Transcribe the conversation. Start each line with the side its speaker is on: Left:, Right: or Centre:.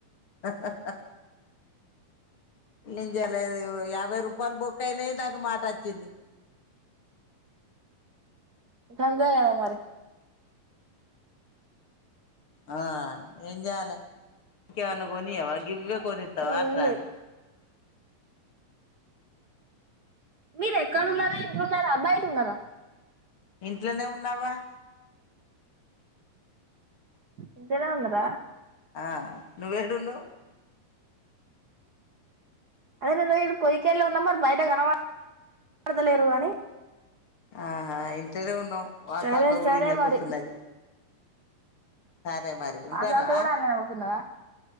Left: అ అ అ ఏం చేయాలది యాభై రూపాయలు బొక్కయినాయి. నాక్ మాటచ్చంది.
Right: అంతే కదా మరి
Left: ఆ ఏం చేయాలి ఇంకా ఏం అన్న కొనియ్యవ ఇవ్వ కోనిత్తవా
Right: ఏం
Left: అంటంది.
Right: లేదు మీరు ఎక్కడున్నారు
Left: ఉమ్
Right: ఇంట్లన్నారా బయట ఉన్నారా
Left: ఇంట్లోనే ఉన్నావా
Right: ఇంట్లనే ఉన్నారా
Left: ఆ నువ్వేడు ఉన్నావ్
Right: అదే నేను పొయకేళ్ళు ఉన్నా మరి బయట కనబడతలేరు. అని
Left: ఆహా ఇంట్లనే ఉన్ వాసాక్క
Right: సరే
Left: కూడ
Right: సరే
Left: ఇన్నే
Right: మరి
Left: కూర్స్తున్నది. సరే మరి ఉంటానవా
Right: ఆ తాత కూడా అన్లనే కూసున్నదా